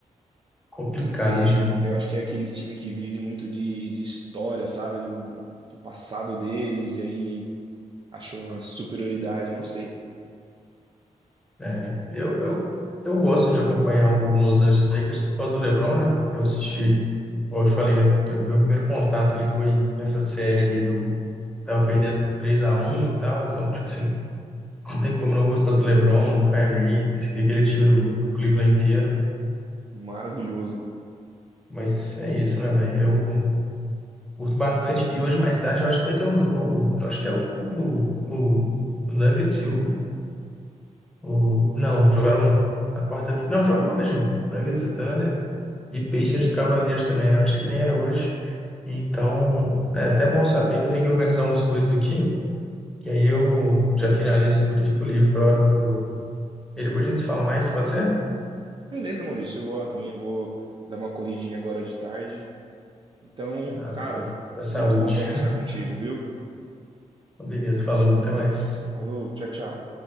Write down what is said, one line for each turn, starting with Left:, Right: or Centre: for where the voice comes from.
Centre: complicado
Right: Não sei,
Centre: de
Right: eu acho que é aquele time que vive muito de, de história, sabe? Do, do, do passado deles, e aí acha uma superioridade, não sei.
Centre: É, eu, eu, eu gosto de acompanhar o Los Angeles Lakers por causa do LeBron, né? Eu assisti, como eu te falei, minha- meu, meu primeiro contato ali foi nessa série ali do... Tava perdendo por 3 a um e tal, então, tipo assim, não tem como não gostar do LeBron, do Kyrie, desse, aquele time do, do Cleveland inteiro.
Right: Maravilhoso.
Centre: Mas é isso, né, velho? Eu curto bastante. E hoje, mais tarde, eu acho que vai ter um jogo. Eu acho que é o, o, o Nuggets e o, o... Não, jogaram na quarta... Não, jogam hoje. Nuggets e Thunder. E Pacers e Cavaliers também, né? Eu achei que nem era hoje. Então, é até bom saber que eu tenho que organizar umas coisas aqui, que aí eu já finalizo tudo, e fico livre para hora do jogo. E depois a gente se fala mais, pode ser?
Right: Beleza, Maurício, eu vou lá também, eu vou dar uma corridinha agora de tarde. Então,
Centre: Ah,
Right: cara,
Centre: boa. Da saúde.
Right: muito bom conversar
Centre: <laughs>
Right: contigo, viu?
Centre: Beleza, falou, até mais.
Right: Falou, tchau, tchau.